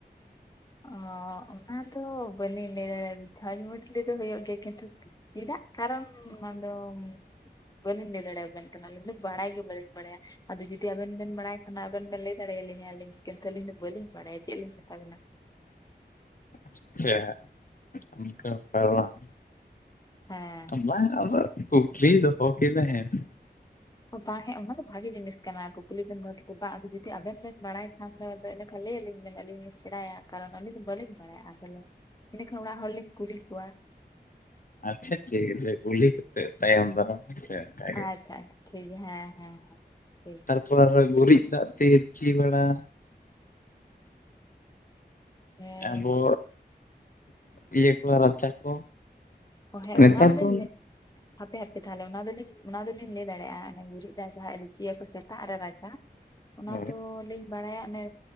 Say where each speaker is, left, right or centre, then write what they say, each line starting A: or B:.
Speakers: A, on the left; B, on the left.
A: ᱚ ᱚᱱᱟ ᱫᱚ ᱵᱟᱹᱞᱤᱧ‌ ᱞᱟᱹᱭ ᱫᱟᱲᱮᱜ ᱪᱷᱚᱪ ᱢᱟᱰᱞᱤ ᱫᱚ ᱦᱩᱭᱩᱜ ᱜᱮᱭᱟ ᱠᱤᱱᱛᱩ ᱪᱤᱫᱟᱜ ᱠᱟᱨᱚᱱ ᱚᱱᱟ ᱫᱚᱢ ᱵᱟᱹᱞᱤᱧ ᱞᱟᱹᱭ ᱫᱟᱲᱮᱣ ᱵᱮᱱ ᱠᱟᱱᱟ ᱟᱹᱞᱤᱧ ᱫᱚ ᱵᱟᱲᱟᱭ ᱜᱮ ᱵᱟᱹᱞᱤᱧ ᱵᱟᱲᱟᱭᱟ᱾ ᱟᱫᱚ ᱡᱩᱫᱤ ᱟᱵᱮᱱ ᱵᱮᱱ ᱵᱟᱲᱟᱭ ᱠᱷᱟᱱ ᱟᱵᱮᱱ ᱵᱮᱱ ᱞᱟᱹᱭ ᱫᱟᱲᱮᱭᱟᱹ ᱞᱤᱧᱟ ᱟᱹᱞᱤᱧ ᱠᱤᱱᱛᱩ ᱟᱹᱞᱤᱧ ᱫᱚ ᱵᱟᱹᱞᱤᱧ ᱵᱟᱲᱟᱭᱟ ᱪᱮᱜ ᱞᱤᱧ ᱢᱮᱛᱟ ᱵᱮᱱᱟ᱾
B: ᱟᱪᱪᱷᱟ ᱚᱱᱠᱟ ᱵᱮᱯᱟᱨ ᱵᱟᱝ
A: ᱦᱮᱸ
B: ᱵᱟᱝ ᱟᱫᱚ ᱠᱩᱠᱞᱤᱧ ᱫᱚᱦᱚ ᱠᱮᱫᱟ ᱦᱮᱸ ᱥᱮ ᱾
A: ᱵᱟ ᱦᱮᱸ ᱚᱱᱟ ᱫᱚ ᱵᱷᱟᱹᱜᱤ ᱡᱤᱱᱤᱥ ᱠᱟᱱᱟ ᱠᱩᱠ ᱠᱩᱞᱤ ᱵᱮᱱ ᱫᱚᱦᱚ ᱠᱮᱫᱟ ᱵᱟ ᱟᱫᱚ ᱡᱩᱫᱤ ᱟᱵᱮᱱ ᱵᱮᱱ ᱵᱟᱲᱟᱭ ᱠᱷᱟᱱ ᱫᱚ ᱟᱫᱚ ᱤᱱᱟᱹ ᱠᱷᱟᱱ ᱞᱟᱹᱭ ᱟᱞᱤᱧ ᱵᱮᱱ ᱟᱹᱞᱤᱧ ᱞᱤᱧ ᱥᱮᱬᱟᱭᱟ ᱠᱟᱨᱚᱱ ᱟᱹᱞᱤᱧ ᱫᱚ ᱵᱟᱹᱞᱤᱧ ᱵᱟᱲᱟᱭᱟ ᱟ ᱛᱟᱦᱞᱮ ᱮᱸᱰᱮ ᱠᱷᱟᱱ ᱚᱲᱟᱜ ᱦᱚᱲ ᱞᱤᱧ ᱠᱩᱞᱤ ᱠᱚᱣᱟ᱾
B: ᱟᱪᱪᱷᱟ ᱴᱷᱤᱠ ᱟᱪᱷᱮ ᱠᱩᱞᱤ ᱠᱟᱛᱮᱜ ᱛᱟᱭᱚᱢ ᱫᱟᱨᱟᱢ ᱦᱮᱸ ᱥᱮ᱾ ᱛᱟᱭ
A: ᱟᱪᱪᱷᱟ ᱟᱪᱪᱷᱟ ᱴᱷᱤᱠ ᱜᱮᱭᱟ ᱦᱮᱸ ᱦᱮᱸ ᱴᱷᱤᱠ
B: ᱛᱟᱨᱯᱚᱨ ᱟᱨ‌ᱦᱚᱸ ᱜᱩᱨᱤᱡ ᱫᱟᱜ ᱛᱮ ᱪᱤ ᱵᱟᱲᱟ
A: ᱦᱮᱸ
B: ᱟᱵᱚ ᱛᱤᱭᱟᱹ ᱠᱚ ᱨᱟᱪᱟ ᱠᱚ᱾
A: ᱚ ᱦᱮᱸ
B: ᱱᱮᱛᱟᱨ
A: ᱚᱱᱟ ᱫᱚᱞᱤᱧ
B: ᱫᱚ
A: ᱢᱮ ᱦᱟᱯᱮ ᱦᱟᱯᱮ ᱛᱟᱦᱚᱞᱮ ᱚᱱᱟ ᱫᱚᱞᱤᱧ ᱚᱱᱟ ᱫᱚᱞᱤᱧ ᱞᱟᱹᱭ ᱫᱟᱲᱮᱜ-ᱟ ᱾ ᱚᱱᱮ ᱜᱩᱨᱤᱡ ᱫᱟᱜ ᱡᱟᱦᱟᱸ ᱤᱨᱪᱤ ᱭᱟᱠᱚ ᱥᱮᱛᱟᱜ ᱨᱮ ᱨᱟᱪᱟ ᱚᱱᱟ
B: ᱦᱳᱭ
A: ᱫᱚ ᱞᱤᱧ ᱵᱟᱲᱟᱭᱟ ᱚᱱᱮ